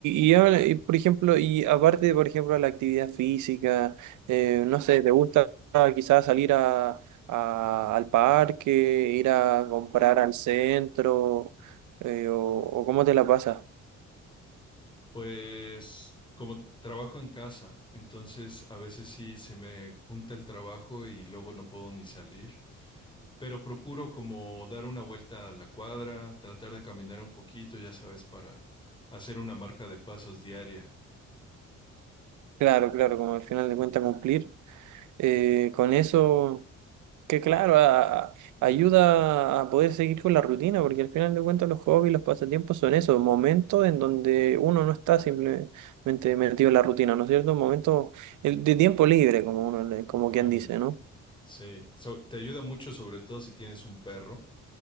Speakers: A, on the right (about 80°); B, on the left (about 15°).
A: y, y, habla- y, por ejemplo, y aparte, por ejemplo, de la actividad física, eh, no sé, ¿te gusta quizás salir a, a- al parque, ir a comprar al centro, eh, o, o cómo te la pasas?
B: Pues como trabajo en casa, entonces a veces sí se me junta el trabajo y luego no puedo ni salir. Pero procuro como dar una vuelta a la cuadra, tratar de caminar un poquito, ya sabes, para hacer una marca de pasos diaria.
A: Claro, claro, como al final de cuentas cumplir. eh, con eso... Que claro, a- a- ayuda a poder seguir con la rutina, porque al final de cuentas los hobbies, los pasatiempos son eso, momentos en donde uno no está simplemente metido en la rutina, ¿no es cierto? Momentos el- de tiempo libre, como uno, le- como quien
B: Ándale.
A: dice, ¿no?
B: Sí, So- te ayuda mucho, sobre todo si tienes un perro.